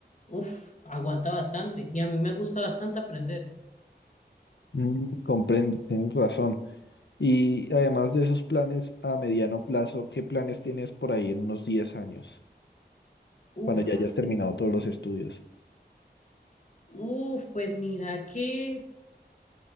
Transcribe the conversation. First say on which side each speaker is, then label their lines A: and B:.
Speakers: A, on the left; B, on the left.
A: uff, aguanta bastante y a mí me gusta bastante aprender.
B: Mm, comprendo, tienes razón. Y además de esos planes a mediano plazo, ¿qué planes tienes por ahí en unos 10 años,
A: Uff,
B: cuando ya hayas terminado todos los estudios?
A: uff, pues mira que